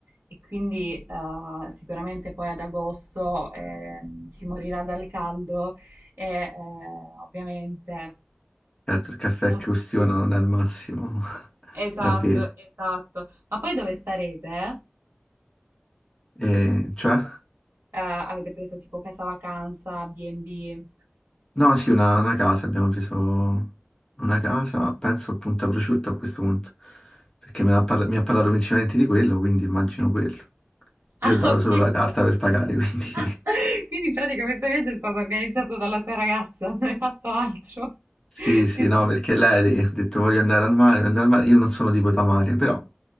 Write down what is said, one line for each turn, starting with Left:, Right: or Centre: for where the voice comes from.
Right: e quindi eh, sicuramente poi ad agosto eh, si morirà dal caldo e eh, ovviamente
Left: Certo, il caffè
Right: non-
Left: che ustiona non è il massimo <laughs>
Right: Esatto,
Left: da bere.
Right: esatto. Ma poi dove sarete?
Left: E, cioè?
Right: Eh, avete preso tipo casa vacanza, B&B?
Left: No, sì, una, una casa, abbiamo preso una casa, penso appunto a prosciutto a questo punto, perché me l'ha parla- mi ha parlato principalmente di quello, quindi immagino quello.
Right: Ah,
Left: Io ho dato
Right: ok.
Left: solo la carta per pagare, quindi...
Right: <laughs>
Left: <laughs>
Right: Quindi in pratica questo viaggio è stato organizzato dalla tua ragazza, non hai fatto altro.
Left: Sì,
Right: <laughs>
Left: sì,
Right: Ti-
Left: no, perché lei ha detto voglio andare al mare, voglio andare al mare. Io non sono tipo da mare, però